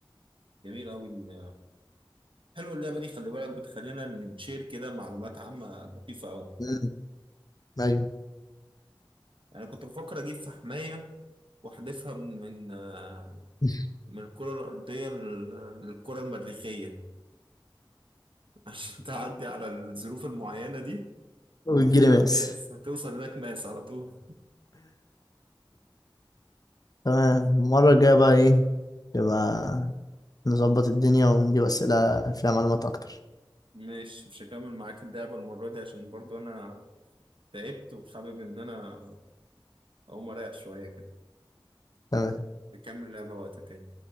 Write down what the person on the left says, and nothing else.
امم ايوه
<laughs>
ويجيلي ماس
تمام المرة الجاية بقى ايه يبقى نظبط الدنيا ونجيب أسئلة فيها معلومات أكتر
تمام